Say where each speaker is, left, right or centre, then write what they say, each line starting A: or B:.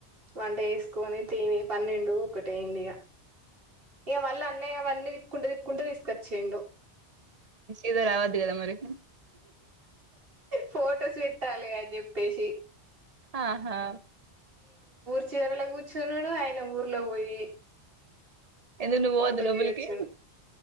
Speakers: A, on the right; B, on the right.
A: వంట వేసుకొని తిని పన్నెండు ఒకట అయింది ఇక ఇక మళ్ళీ అన్నయ్య అవన్నీ తిప్పుకుంటూ తిప్పుకుంటే తీసుకొచ్చేయండు
B: ఇది రావదు కదా మరికి
A: ఫోటోస్ పెట్టాలి ని చెప్పేసి
B: ఆహా
A: మ చివరలో కూర్చున్నాడు ఆయన ఊర్లో పోయి
B: ఎందుకు నువ్వు
A: ఫోటోకి
B: పోవద్దా లోపలికి
A: వచ్చడు